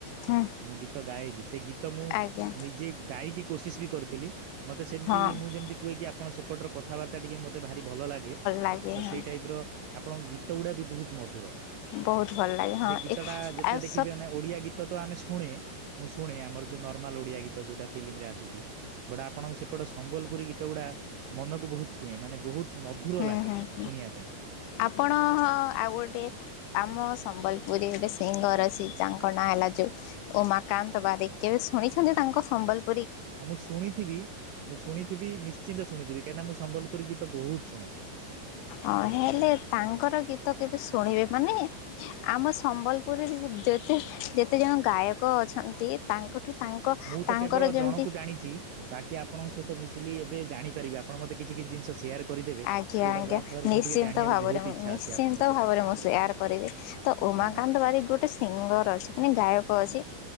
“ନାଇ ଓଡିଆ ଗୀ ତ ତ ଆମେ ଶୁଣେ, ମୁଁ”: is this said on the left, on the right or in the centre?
Right